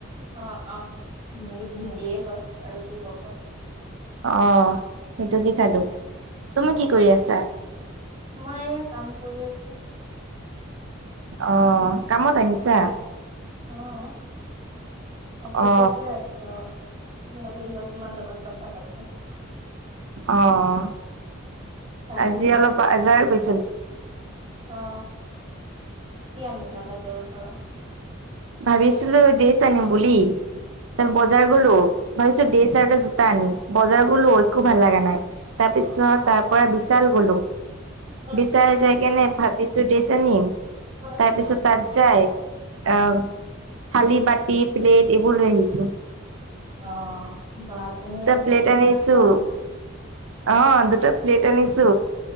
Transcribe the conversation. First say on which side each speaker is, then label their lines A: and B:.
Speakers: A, on the right; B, on the right.
A: অ অ ভিন্দী ভিন্দিয়ে ক আৰু কি কব।
B: অ সেইটো দি খালো। তুমি
A: অ
B: কি কৰি আছা
A: মই এয়া কাম কৰি আছো। <unintelligible>
B: অ কামত আহিছা?
A: অহ অফিছতে
B: অ
A: আছ? ভাবিলোঁ তোমাৰ লগত লগত কথা পাতো
B: অহ
A: তাৰপিছত
B: আজি অলপ বাজাৰ গৈ।
A: অ কি আনিলা বাজাৰৰ পৰা?
B: ভাবিছিলো ড্ৰেছ আনিম বুলি
A: উম
B: তাৰ বজাৰ গলো ভাবিছো দে চাৰট য়ে জোতা আনিম বজাৰ গলো একো ভাল লগা নাই। তাৰ পিছত
A: অ
B: তাৰ পৰা বিশাল গলো
A: উম
B: বিশাল যাই কেনে ভাবিছো ড্ৰেছ আনিম
A: অ
B: তাৰপিছত তাত যাই আহ থালি বাটি প্লেট এইবোৰ লৈ আহিছোঁ।
A: অ বা তুমি
B: প্লেট
A: এই বিলাকো
B: আনিছো
A: আনা।
B: অ দুটা প্লেট আনিছো